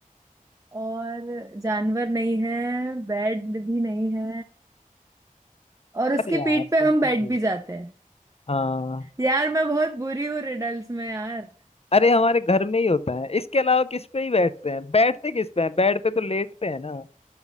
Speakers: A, on the right; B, on the left.
A: और जानवर नहीं है बेड भी नहीं है और उसकी
B: अरे यार
A: पीठ पे
B: तुम
A: हम
B: फंसी
A: बैठ
B: हो।
A: भी जाते हैं
B: हाँ
A: यार मैं बहुत बुरी हूँ रिडल्स में यार
B: अरे हमारे घर में ही होता है इसके अलावा किस पे ही बैठते हैं बैठते किस पे हैं बेड पे तो लेटते हैं ना